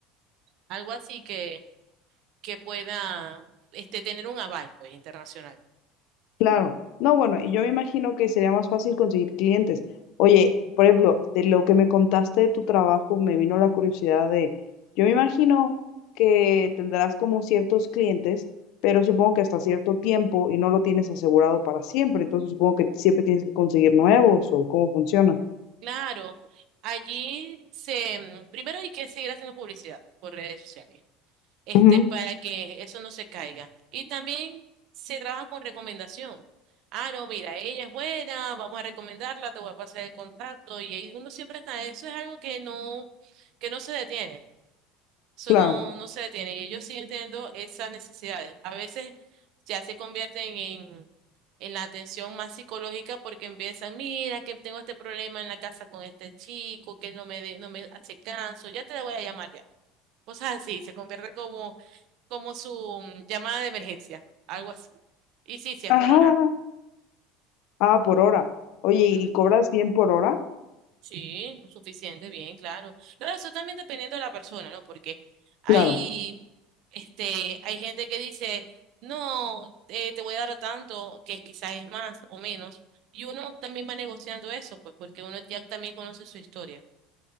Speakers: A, on the right (about 60°); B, on the left (about 65°).
A: Algo así que, que pueda, este, tener un aval, pues, internacional.
B: Claro. No, bueno, y yo me imagino que sería más fácil conseguir clientes. Oye, por ejemplo, de lo que me contaste de tu trabajo, me vino la curiosidad de, yo me imagino que tendrás como ciertos clientes, pero supongo que hasta cierto tiempo y no lo tienes asegurado para siempre, entonces supongo que siempre tienes que conseguir nuevos o cómo funciona.
A: Claro, allí se, primero hay que seguir haciendo publicidad por redes sociales. este,
B: Ujú,
A: para que eso no se caiga. Y también se trabaja con recomendación. Ah, no, mira, ella es buena, vamos a recomendarla, te voy a pasar el contacto. Y ahí uno siempre está, eso es algo que no, que no se detiene. Eso
B: claro.
A: no, no se detiene. Y ellos siguen teniendo esas necesidades. A veces ya se convierten en, en la atención más psicológica porque empiezan, mira, que tengo este problema en la casa con este chico, que no me, de- no me hace caso, ya te la voy a llamar ya cosas así, se convierte como, como su mm, llamada de emergencia, algo así. Y sí, sí, es
B: Ajá.
A: por hora.
B: Ah, por hora. Oye,
A: Ujú,
B: ¿y cobras bien por hora?
A: Sí, lo suficiente, bien, claro. Claro, eso también dependiendo de la persona, ¿no? Porque hay,
B: Claro,
A: este, hay gente que dice, no, eh, te voy a dar tanto, que quizás es más o menos. Y uno también va negociando eso, pues porque uno ya también conoce su historia.